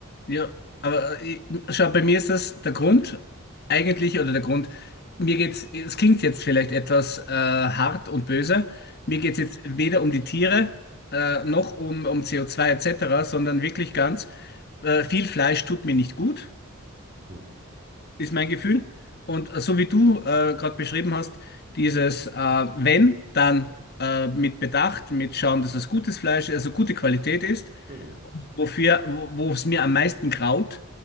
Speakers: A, on the left; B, on the right.
A: Ja, aber äh, ich, schau, bei mir ist das der Grund eigentlich, oder der Grund, mir geht's, es klingt jetzt vielleicht etwas äh, hart und böse, mir
B: Mhm.
A: geht's jetzt weder um die Tiere äh, noch um, um CO2 etc., sondern wirklich ganz, äh, viel Fleisch tut mir nicht gut,
B: Ja,
A: ist mein Gefühl. Und äh, so wie du äh, gerade beschrieben hast, dieses äh, wenn, dann äh, mit Bedacht, mit schauen, dass es gutes Fleisch, also gute Qualität ist
B: genau.
A: Wofür, wo es mir am meisten graut,